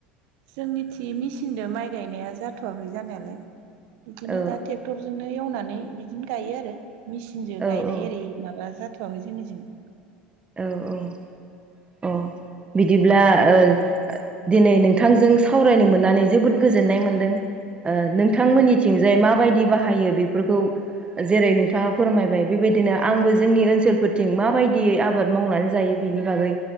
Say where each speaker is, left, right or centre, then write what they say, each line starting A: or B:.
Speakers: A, on the right (about 70°); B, on the right (about 20°).
A: जोंनिथि मेचिनजों माइ गायनाया जाथ'वाखै जानायालाय बिदिनो
B: औ
A: दा ट्रेक्टर जोंनो एवनानै बिदिनो गायो आरो मेसिनजों
B: औ
A: गायनाय
B: औ
A: एरै माबा जाथ'वाखै जोंनिजों
B: औ औ अ बिदिब्ला ओ दिनै नोंथांजों सावरायनो मोननानै जोबोद गोजोननाय मोन्दों नोंथांमोननि थिंजाय माबायदि बाहायो बेफोरखौ जेरै नोंथाङा फोरमायबाय बेबायदिनो आंबो जोंनि ओनसोलफोरथिं माबायदियै आबाद मावनानै जायो बेनि बागै